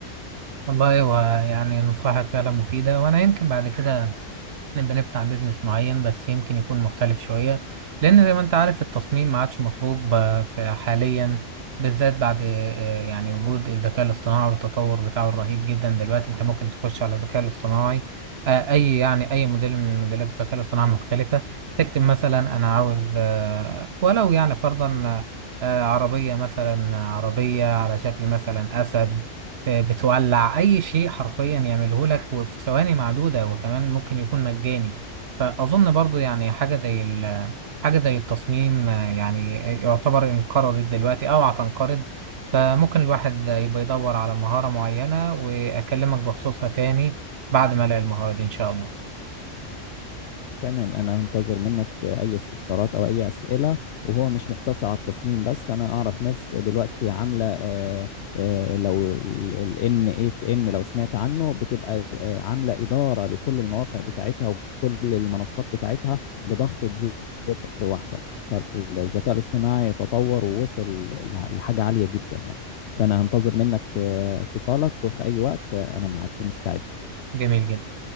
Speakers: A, on the right; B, on the left.
A: والله هو يعني نصائحك فعلا مفيدة وأنا يمكن بعد كده نبقى نفتح بيزنس معين بس يمكن يكون مختلف شوية لأن زي ما أنت عارف التصميم ما عادش مطلوب آه، في حاليا بالذات بعد آه، يعني وجود الذكاء الاصطناعي والتطور بتاعه الرهيب جدا دلوقتي أنت ممكن تخش على الذكاء الاصطناعي آه، أي يعني أي موديل من موديلات الذكاء الاصطناعي مختلفة تكتب مثلا أنا عاوز آه، ولو يعني فرضا آه، عربية مثلا عربية على شكل مثلا أسد آه، بتولع اي شيء حرفيا يعمله لك وفي ثواني معدوده وكمان ممكن يكون مجاني فاظن برضو يعني حاجه زي ال- حاجه زي التصميم آه، يعني يعتبر انقرضت دلوقتي او هتنقرض فممكن الواحد يبقى يدور على مهاره معينه واكلمك بخصوصها تاني بعد ما الاقي المهاره دي ان شاء الله
B: تمام أنا هنتظر منك أي استفسارات أو أي أسئلة وهو مش مقتصر على التصميم بس أنا أعرف ناس دلوقتي عاملة آه، آه، لو ال N8N لو سمعت عنه بتبقى آه، عاملة إدارة لكل المواقع بتاعتها وكل المنصات بتاعتها بضغطة زر واحدة فالذكاء الاصطناعي تطور ووصل لح- لحاجة عالية جدا يعني فأنا هنتظر منك آه، اتصالك وفي أي وقت آه، أنا معاك ومستعد
A: جميل جدا